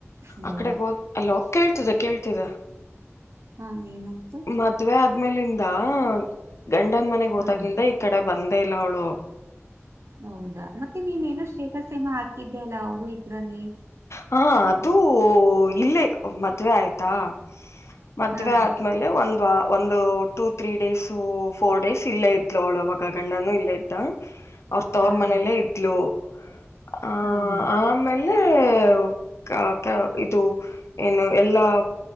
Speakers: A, on the right; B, on the left.
A: ಹಲೋ
B: ಅಕಡೆಗ್ ಹೋಗ್ ಅಲೋ. ಕೇಳ್ತಿದೆ ಕೇಳ್ ತಿದೆ
A: ಹಾ ಏನಾಯ್ತು
B: ಮದ್ವೆ ಅದ್ ಆಮೇಲಿಂದ ಗಂಡನ್
A: ಹಾ
B: ತ ಗಿಂದ ಈ ಕಡೆ ಬಂದ್ ದೆಯಿಲ್ಲ ಅವ್ಳು.
A: ಹೌದಾ ಮತ್ ಇನಿನೇನೋ ಸ್ಟೇಟಸ್ ಏನೂ ಹಾಕಿದ್ದೆ ಅಲ್ಲಾ ಅವ್ರು ಇದ್ರಲ್ಲಿ.
B: ಹಾ ಅದು ಇಲ್ಲೇ ಮದ್ವೆ ಆಯ್ತಾ. ಮದ್ವೆ
A: ಹಾ
B: ಆದ್ಮೇಲೆ ಒಂದ್ ವ ಒಂದು two three days four days ಇಲ್ಲೇ ಇದ್ಳು ಅವಳು ಅವಾಗ ಗಂಡನು ಇಲ್ಲೆ ಇದ್ದ. ಅವ್ರ ತವ್ರ
A: ಹಾ
B: ಮನೆಯಲ್ಲೇ ಇದ್ಲು. ಹ
A: ಹಾ ಹಾ
B: ಆಮೇಲೆ ಮೇಲೆ ಇದು ಏನು ಎಲ್ಲಾ